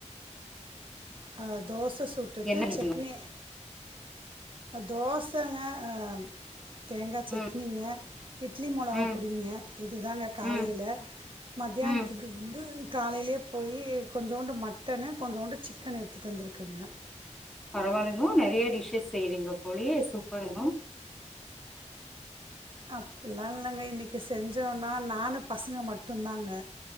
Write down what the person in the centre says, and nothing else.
என்ன நீ
ம்
ம்
ம்
ம்
பரவா இல்லங்க நெறையா டிஷ்ஷஸ் செய்றீங்க போலயே சூப்பருங்க